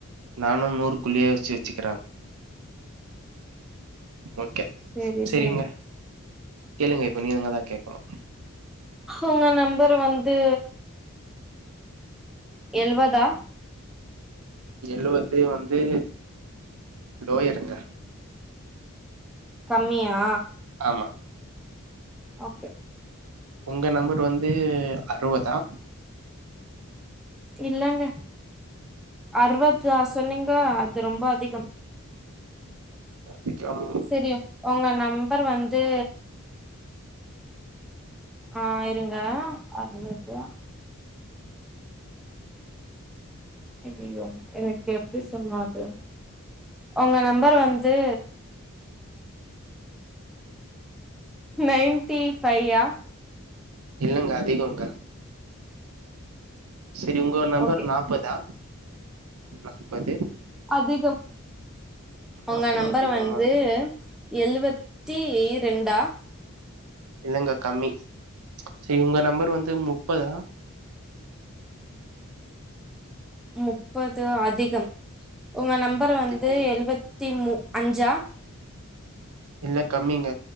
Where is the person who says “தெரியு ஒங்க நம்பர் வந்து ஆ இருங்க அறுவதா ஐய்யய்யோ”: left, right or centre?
Centre